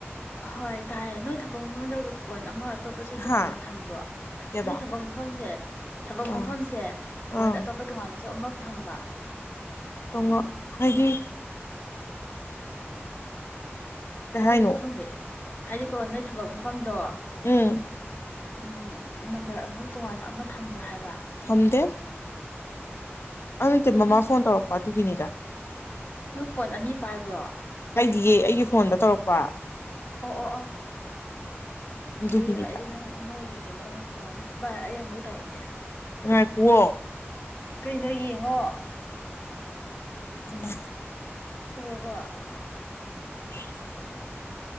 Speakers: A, on the left; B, on the left.
A: ꯍꯣꯏ ꯇꯥꯏ ꯅꯣꯏ ꯊꯛ ꯃꯐꯝꯗ ꯄꯣꯏꯟꯠ ꯑꯃ ꯑꯇꯣꯞꯄꯁꯨ ꯇꯣꯉꯥꯟꯅ
B: ꯍꯥ
A: ꯊꯝꯕ꯭ꯔꯣ
B: ꯀꯩꯕ
A: ꯅꯣꯏ ꯊꯕꯛ ꯃꯐꯝꯁꯦ ꯊꯕꯛ
B: ꯑꯥ
A: ꯃꯐꯝꯁꯦ ꯄꯣꯏꯟ
B: ꯑꯥ
A: ꯑꯇꯣꯞꯄ ꯇꯣꯉꯥꯟꯅ ꯑꯃ ꯐꯝꯕ
B: ꯇꯣꯡꯉ ꯍꯥꯏꯗꯤ ꯀꯩ
A: ꯍꯥꯏꯗꯤ
B: ꯍꯥꯏꯅꯣ
A: ꯈꯪꯗꯦ ꯍꯥꯏꯗꯤ ꯀꯣ ꯅꯣꯏ ꯊꯕꯛ ꯃꯐꯝꯗꯣ
B: ꯎꯝ
A: ꯎꯝ ꯅꯝꯕꯔ ꯇꯣꯉꯥꯟꯅ ꯑꯃ ꯊꯝꯕ꯭ꯔꯣ ꯍꯥꯏꯕ
B: ꯊꯝꯗꯦ ꯑꯗꯨ ꯇꯔꯃ
A: ꯑꯦ
B: ꯐꯣꯟ ꯇꯧꯔꯛꯄ ꯇ ꯀꯅꯤꯔ
A: ꯅꯪ ꯐꯣꯟ ꯑꯅꯤ ꯄꯥꯏꯕ꯭ꯔꯣ
B: ꯑꯩꯗꯤꯌꯦ ꯑꯩꯒꯤ ꯐꯣꯟꯗ ꯇꯧꯔꯛꯄ
A: ꯑꯣ ꯑꯣ ꯑꯣ
B: ꯑꯗꯨꯒꯤꯅꯤꯗ
A: ꯑꯗꯨꯔꯣ ꯑꯩꯗꯤ ꯅꯪ ꯅꯥꯏ ꯀꯩꯅꯣ ꯇꯧꯔꯝꯅꯤ ꯚꯏ ꯑꯩ ꯑꯃꯨꯛ ꯇꯧꯔꯛꯀꯦ
B: ꯎ ꯀꯍꯣ
A: ꯀꯩꯅꯣ ꯌꯦꯡꯉꯣ
B: ꯑ
A: ꯔꯔꯕꯣ
B: <unintelligible>